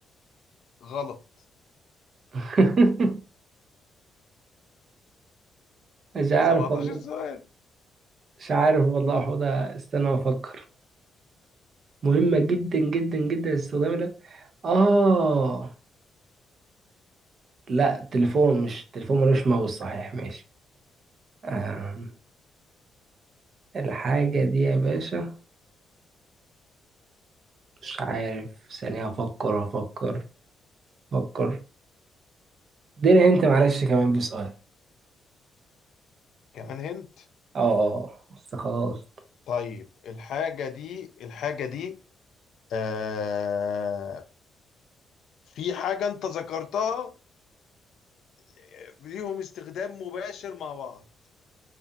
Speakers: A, on the left; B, on the right.
A: غلط
B: <laughs> مش عارف
A: 17
B: والله
A: سؤال
B: مش عارف والله حوضة استنى أفكر مهمة جدا جدا جدا الاستخدام ده آه لا تليفون مش تليفون ملوش ماوس صحيح ماشي آه. الحاجة دي يا باشا مش عارف ثانية أفكر أفكر أفكر اديني أنت معلش كمان بسؤال
A: كمان هنت
B: أه أه آه. بس خلاص
A: طيب الحاجة دي الحاجة دي آه في حاجة انت ذكرتها آه، ليهم استخدام مباشر مع بعض